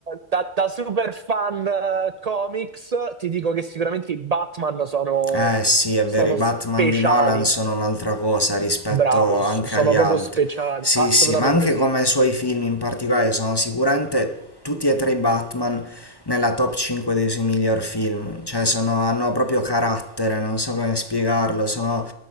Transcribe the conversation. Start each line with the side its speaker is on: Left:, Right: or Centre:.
Right: da, da super fan eh, comics ti dico che sicuramente i Batman sono,
Left: Eh sì, è
Right: sono
Left: vero, i Batman
Right: speciali.
Left: di Nolan sono un'altra cosa rispetto
Right: Bravo,
Left: anche
Right: s- sono
Left: agli
Right: proprio
Left: altri.
Right: speciali,
Left: Sì,
Right: assolutamente
Left: sì, ma anche
Right: sì.
Left: come i suoi film in particolare sono sicuramente tutti e tre i Batman nella top 5 dei suoi miglior film. Cioè, sono, hanno proprio carattere, non so come spiegarlo, sono...